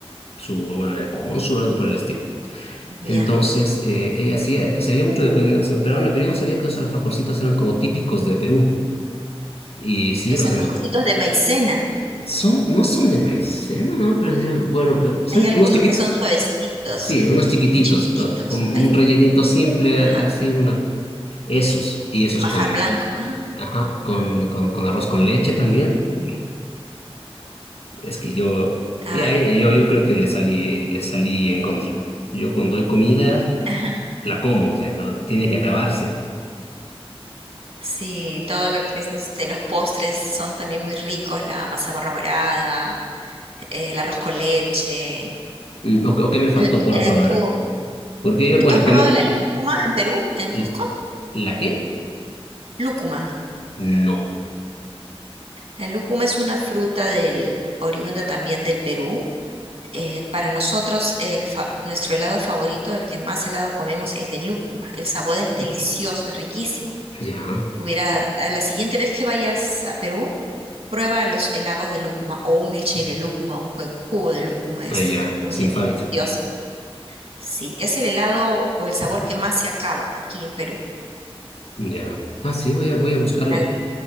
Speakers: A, on the left; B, on the right.
A: su abuelo era el cónsul o algo por el estilo. Entonces,
B: Ya.
A: eh, ella hacía, sabía mucho de cocina peruana, pero yo no sabía que esos alfajorcitos eran como típicos de Perú. Y sí,
B: Los
A: los
B: alfajorcitos
A: enco-
B: de maicena.
A: son, no son de maicena, ¿no? no, Pero, sí, bueno, pero son
B: Hay algunos
A: unos chiquititos,
B: que son suavecitos,
A: sí, unos chiquititos,
B: chiquititos.
A: con, con
B: Ahí.
A: un rellenito simple,
B: Ajá.
A: a- así, una, esos, y esos
B: Majar
A: con,
B: blanco. Ajá.
A: ajá, con, con, con arroz con leche también. Uy, es que yo,
B: Ay.
A: ya, eh, yo,
B: sí.
A: yo creo que le salí, le salí en contra. Yo cuando doy comida
B: Ajá.
A: la como, o sea, no, tiene que acabarse.
B: Sí, todo lo que es este, los postres son también muy ricos, la mazamorra morada, eh, el arroz con leche.
A: Mm, ¿O, o qué me faltó
B: L-
A: por
B: eh,
A: probar?
B: ¿tú,
A: Porque yo, bueno,
B: tú has probado
A: comí...
B: la lúcuma en Perú, en Cusco?
A: ¿L- ¿La qué?
B: Lúcuma.
A: No.
B: La lúcuma es una fruta del, oriunda también del Perú. Eh, para nosotros, el fa- nuestro helado favorito, el que más helado comemos, es de lúcuma. El sabor es delicioso, es riquísimo.
A: Ya,
B: Hubiera, a la siguiente vez que vayas a Perú, Prueba los helados de lúcuma o un milkshake de lúcuma, un jue- jugo de lúcuma. Es,
A: ah, ya,
B: uy,
A: sin
B: es
A: falta.
B: delicioso. Sí, es el helado o el sabor que más se acaba aquí en Perú.
A: Ya. Ah, sí, voy a, voy a buscarlo.
B: La-